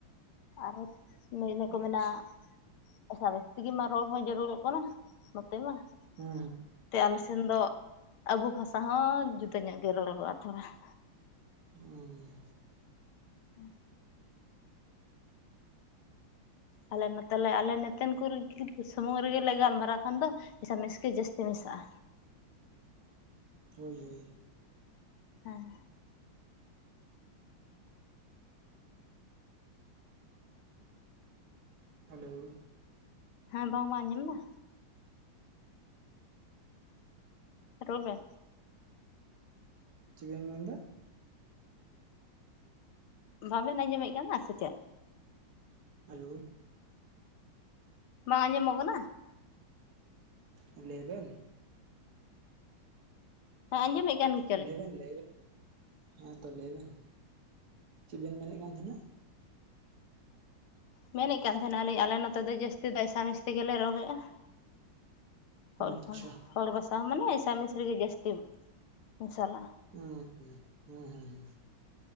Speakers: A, on the left; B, on the right.
A: ᱟᱨᱚ ᱦᱚ ᱱᱟᱹᱭ ᱠᱚ
B: ᱟᱪᱪᱷᱟ
A: ᱢᱮᱱᱟ ᱾ ᱮᱥᱟᱢᱤ ᱛᱮᱜᱤ ᱢᱟ ᱨᱚᱲ ᱦᱚᱸ ᱡᱟᱹᱨᱩᱲᱚᱜ ᱠᱟᱱᱟ ᱱᱚᱛᱮ ᱢᱟ ᱾
B: ᱦᱮᱸ
A: ᱛᱮ ᱟᱞᱮ ᱥᱮᱱ ᱫᱚ ᱟᱵᱚ ᱵᱷᱟᱥᱟ ᱦᱚᱸ ᱡᱩᱫᱟᱹ ᱧᱚᱜ ᱜᱮ ᱨᱚᱲᱚᱜᱚᱜ-ᱟ ᱛᱷᱚᱲᱟ ᱾
B: ᱦᱩᱸ
A: ᱦᱮᱸ ᱟᱞᱮ ᱱᱚᱛᱮᱞᱮ ᱟᱞᱮ ᱱᱚᱛᱮᱱ ᱠᱚᱨᱮ ᱥᱩᱢᱩᱝ ᱨᱮᱜᱮᱞᱮ ᱜᱟᱞᱢᱟᱨᱟᱣ ᱠᱷᱟᱱ ᱫᱚ, <unintelligible> ᱥᱟᱤᱥ ᱜᱮ ᱡᱟᱹᱥᱛᱤ ᱢᱮᱥᱟᱜᱼᱟ
B: ᱦᱳᱭ ᱦᱳᱭ
A: ᱦᱮᱸ
B: ᱦᱮᱞᱳ
A: ᱦᱮᱸ ᱵᱟᱝ ᱵᱟᱝ ᱟᱸᱡᱚᱢᱫᱟ? ᱨᱚᱲ ᱵᱮᱱ,
B: ᱪᱮᱫ ᱵᱮᱢ ᱢᱮᱱ ᱮᱫᱟ?
A: ᱵᱟᱵᱮᱱ ᱟᱸᱡᱚᱢᱮᱫ ᱠᱟᱱᱟ ᱥᱮ ᱪᱮᱫ?
B: ᱦᱮᱞᱳ
A: ᱵᱟᱝ ᱟᱸᱡᱚᱢᱚᱜ ᱠᱟᱱᱟ?
B: ᱞᱟᱹᱭ ᱵᱮᱱ
A: ᱦᱮᱸ ᱟᱸᱡᱚᱢᱮᱜ ᱠᱟᱱ ᱜᱤ
B: ᱞᱟᱹᱭ ᱵᱮᱱ ᱞᱟᱹᱭ ᱵᱮᱱ ᱦᱮᱸ ᱛᱚ ᱞᱟᱹᱭ ᱵᱮᱱ ᱪᱮᱫ ᱵᱮᱱ ᱢᱮᱱᱮᱫ ᱠᱟᱱ ᱛᱟᱦᱮᱱᱟ?
A: ᱢᱮᱱᱮᱫ ᱠᱟᱱ ᱛᱟᱦᱮᱱᱟᱞᱤᱧ ᱟᱞᱮ ᱱᱚᱛᱮ ᱫᱚ ᱡᱟᱹᱥᱛᱤ ᱫᱚ ᱮᱥᱟᱢᱤᱥ ᱛᱮᱜᱮᱞᱮ ᱨᱚᱲᱮᱜᱼᱟ ᱾ ᱦᱚᱲ
B: ᱟᱪᱪᱷᱟ
A: ᱠᱷᱚᱱ ᱦᱚᱲ ᱵᱟᱥᱟ ᱦᱚᱸ ᱢᱟᱱᱮ ᱮᱥᱟᱢᱤᱥᱲᱤ ᱜᱮ ᱡᱟᱹᱥᱛᱤ ᱢᱮᱥᱟᱞᱟ ᱾
B: ᱦᱩᱸ ᱦᱩᱸ ᱦᱩᱸ ᱦᱩᱸ